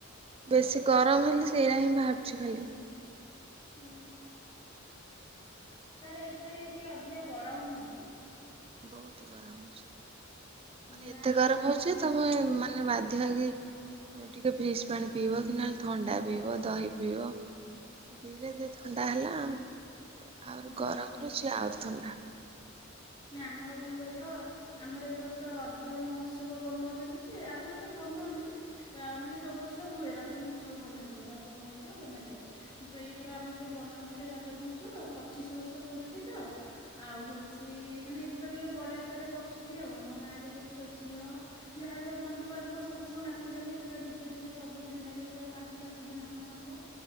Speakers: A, on the right; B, on the left.
A: ବେଶୀ ଗରମ ହେଲେ ସେଇରା ହିଁ ବାହାରୁଚି ଖାଲି।
B: ହୁଁ ତାର ଏଇଥର ଏଇ ଟିକେ ଅଧିକା ଗରମ ହଉଚି।
A: ବହୁତ ଗରମ ହଉଛି। ମାନେ
B: ନା
A: ଏତେ
B: ଆମର
A: ଗରମ
B: କଣ
A: ହଉଚି ଯେ ତମେ
B: ହୁଁ।
A: ମାନେ ବାଧ୍ୟ ହୋଇକି ଟିକେ ଫ୍ରିଜ୍ ପାଣି ପିଇବ କି? ନହେଲେ ଥଣ୍ଡା ପିଇବ ଦହି ପିଇବ?
B: ହୁଁ।
A: ପିଇଲେ ଦେ ଥଣ୍ଡା ହେଲା ଆଉ ହଁ। ଆଉରି
B: ହଁ।
A: ଗରମ ରୁଚି ଆଉରି ଥଣ୍ଡା।
B: ନା ଆମର କଣ କହିଲ ଆମର ଏଇ ବର୍ଷ ରଜ ମହୋତ୍ସବ ବନଉଚ ନ୍ତି ଯେ ଆଗରୁ ତ ବନୁଆନନ୍ତି ମାନେ ସବୁ ବର୍ଷ ହୁଏ। ରଜ ମହୋତ୍ସବ ବନାଯାଏ ରଜ ମଉଜ ବନାଯାଏ। କିନ୍ତୁ ଏଇଥର ଆମର ଯୋଉ ବନଉଥିଲେ ରଜ ମଉଜ ପଚିଶ ବର୍ଷ ପଡରୁଛଚି ତ ଆଉ ହଉଛଚି ତିଇ ମାନେ ଏଥର ଟିକେ ବଡ ଆକାରରେ କରିଚନ୍ତି ଆଉ। ଆମ ଗାଁ ରେ ଯେତିକ ଝିଅ ଯାହାର ସବୁ ବନ୍ଧୁବାନ୍ଧବ ସମସ୍ତଙ୍କୁ ଡାକୁଚନ୍ତି। ପୁରା ଡିଜେ ଫିଜେ ସବୁଦିନ ଲାଗିବ ପୁରା ପାଞ୍ଚ ସାତ ଦିନ ଖଣ୍ଡେ ହବ।